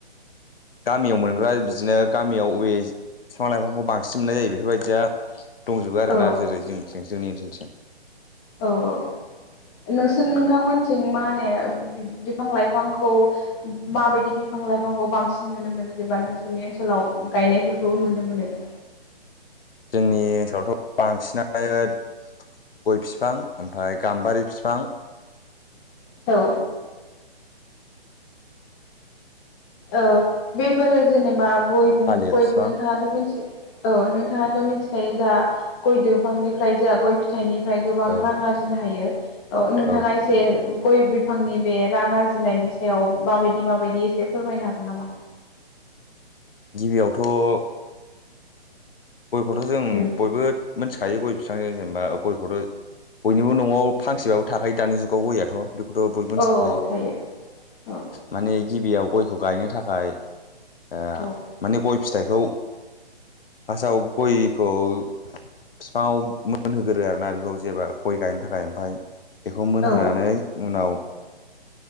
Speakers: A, on the left; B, on the left.
A: गामियाव मोनग्रा बिदिनो गामियाव अवे बिफां लाइफांखौ बांसिन मोननाय जायो बेफोरबायदिया दंजोबो आरोना
B: औ
A: जेरै जोंथि जोंनि ओनसोलथिं
B: औ औ नोंसोर नोंथांमोनथिं मा होनो बि-बिफां लाइफांखौ माबायदि बिफां लाइफांखौ बांसिन नुनो मोनो जेनबा नोंसोरनि ओनसोलाव गायनायफोरखौ नुनो मोनो। <inaudible>
A: जोंनि ओनसोलावथ' बांसिनानो गय फिफां ओमफाय गाम्बारि फिफां
B: औ ओ बेफोरो जेनेबा गय गय
A: थालिर बिफां
B: नोंथांङाथ' मोनसे औ नोंथाङाथ' मिथिखायो जा, गय दंफांनिफ्राय जा गय फिथाइनि ओमफ्राय गोबां
A: औ
B: रां आरजिनो हायो। नोंथाङा
A: औ
B: एसे गय बिफांनि बे रां आरजिनायनि सायाव माबायदि- माबायदि एसे फोरमायनो हागोन नामा?
A: गिबियावथ' ओ गयखौथ' जों
B: उम
A: बयबो <unintelligible> थायो। गय फिफांजों जेनेबा गयखौथ' बयनिबो न'आव फांसेबाबो थाखायो दानि जुगाव गययाथ'। बेखौथ' बयबो मिनथिखायो
B: औ थायो औ
A: माने गिबियाव गयखौ गायनो थाखाय ओ
B: औ
A: माने गय फिथाइखौ फार्स्टआव गयखौ बिफाङाव मोनहोग्रो आरो ना बेखौ जेबा, गय गायनो थाखाय ओमफाय बेखौ मोनहोनानै
B: औ
A: उनाव